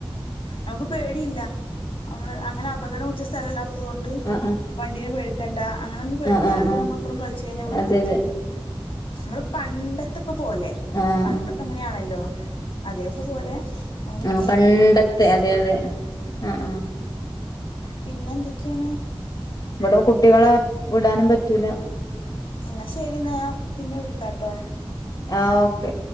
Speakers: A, on the left; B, on the left.
A: നമുക്ക് പേടിയില്ല നമ്മള് അങ്ങനെ അപകടം ജസ്ഥലല്ല <inaudible> തോണ്ട്
B: ആ ആ
A: വണ്ടിനെ പേടി നിക്കണ്ട അങ്ങനൊന്നും പേടിക്കാലാതോണ്ട്
B: ആ ആ ആ
A: മക്കളും കളിച്ച് കഴിഞ്ഞാൽ വീട്ട്ക്ക്
B: അതെ
A: എത്തും
B: അതെ
A: നമ്മള് പണ്ടതെ ത്തൊക്കെ പോലെ
B: ആ
A: പണ്ടൊക്കെ
B: ആ
A: എങ്ങനെയാണല്ലോ അതെയൊക്കെ പോലെ നമുക്ക് മക്കളെ
B: ആ പണ്ടത്തെ
A: ഫ്രീ ആയിട്ട് വിടാം
B: അതെ അതെ ആഹ് ആഹ്
A: പിന്നെ എന്തൊക്കെയാണ്?
B: ഇവിടെ കുട്ടികളെ വിടാനും പറ്റൂല
A: എന്ന ശരി എന്നാ ഞാൻ പിന്നെ വിളിക്കാട്ടോ
B: ആ ഓക്കെ